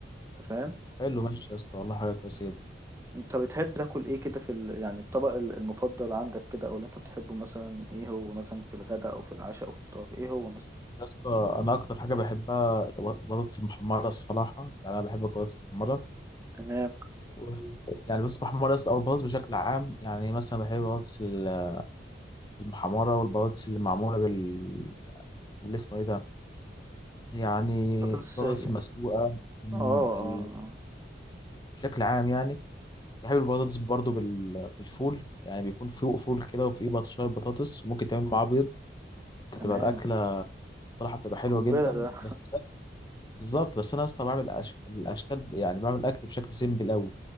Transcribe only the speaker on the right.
انت فاهم
انت بتحب تاكل ايه كده في ال... يعني الطبق ال- المفضل عندك كده او اللي انت بتحبه مثلا ايه هو مثلا في الغداء او في العشاء او الفطار ايه هو مثلا
تمام
بطاطس
اه
اه
آه،
تمام
قنبلة
ده